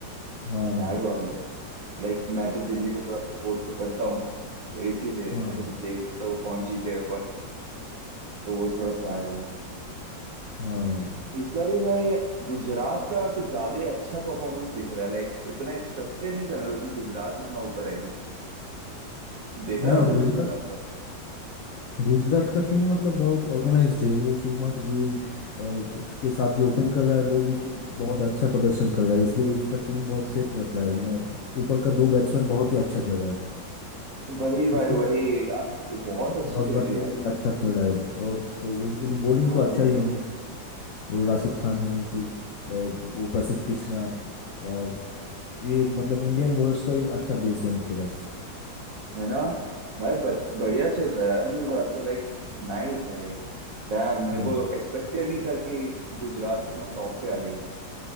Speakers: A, on the left; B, on the right.
A: हाँ
B: सैड हुआ भाई। लाइक मैं तो दिल्ली को थोड़ा सपोर्ट तो करता हूँ तो इसीलिए
A: हाँ
B: मेरे को तो देखना था वो कौन जीतेगा कौन नहीं तो वो थोड़ा सैड हुआ
A: हाँ
B: इस बार ही भाई गुजरात का कुछ ज्यादा ही अच्छा परफॉर्मेंस दिख रहा है लाइक उतना एक्सपेक्टेड नहीं था मेरे को कि गुजरात इतना ऊपर आएगी देखा
A: हाँ
B: था तुमने
A: गुजरात
B: गुजरात का
A: गुजरात का टीम मतलब बहुत ऑर्गेनाइज्ड है वो शुभमन गिल अ, के साथ जो ओपन कर रहा है वो भी को बहुत अच्छा प्रदर्शन कर रहा है इसलिए उसका टीम बहुत सेट रख रहा है मैंने ऊपर का दो बैट्समैन बहुत ही अच्छा कर रहा है
B: वही भाई
A: उसके साथ
B: वही ये बहुत अच्छी
A: जॉस
B: चल
A: बटलर
B: रही है यार
A: भी
B: गुजरात
A: अच्छा कर रहा है और तो उस,
B: हाँ
A: उन बॉलिंग
B: हाँ
A: तो अच्छा ही है उन वो राशिद खान है फिर अ, वो प्रसिद्ध कृष्णा और ये मतलब इंडियन बॉलर्स का ही अच्छा बेस है उनके पास
B: है ना भाई बच, बढ़िया चल रहा है यार गुजरात तो लाइक नाइस भाई डैम मेरे
A: हाँ
B: को एक्सपेक्टेड नहीं था कि गुजरात इतना टॉप पे आ जाएगी